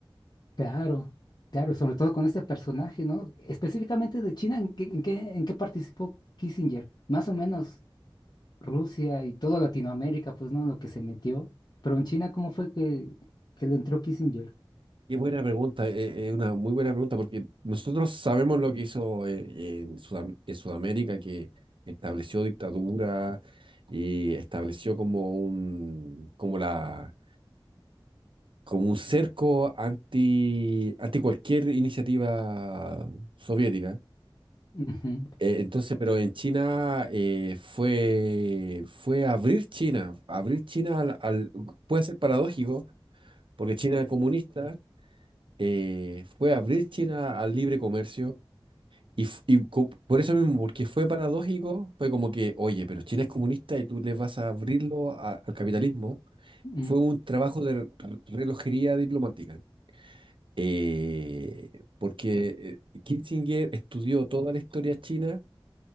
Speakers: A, on the left; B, on the right.
A: Claro, claro, sobre todo con este personaje, ¿no? Específicamente de China, ¿en qué, en qué, en qué participó Kissinger? Más o menos Rusia y toda Latinoamérica, pues no, lo que se metió. Pero en China, ¿cómo fue que, que le entró Kissinger?
B: Qué buena pregunta, es una muy buena pregunta, porque nosotros sabemos lo que hizo eh, en Sudam- en Sudamérica, que estableció dictadura y estableció como un, como la, como un cerco anti, anti cualquier iniciativa soviética.
A: Ujú,
B: Eh, entonces, pero en China eh, fue, fue abrir China, abrir China al, al- puede ser paradójico, porque China es comunista, eh, fue abrir China al libre comercio, y, f- y co- por eso mismo, porque fue paradójico, fue como que, oye, pero China es comunista y tú le vas a abrirlo a- al capitalismo,
A: ujú.
B: fue un trabajo de re- relojería diplomática. eh, porque eh, Kissinger estudió toda la historia china